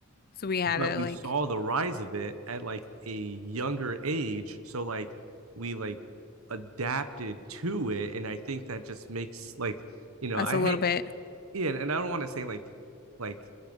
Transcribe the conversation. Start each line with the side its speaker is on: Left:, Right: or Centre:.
Left: So we had
Right: but
Left: to
Right: we
Left: like
Right: saw the rise of it at like a younger age so like we like adapted to it and i think that just makes like you know
Left: us
Right: i
Left: a little
Right: hate
Left: bit.
Right: yeah and i don't want to say like like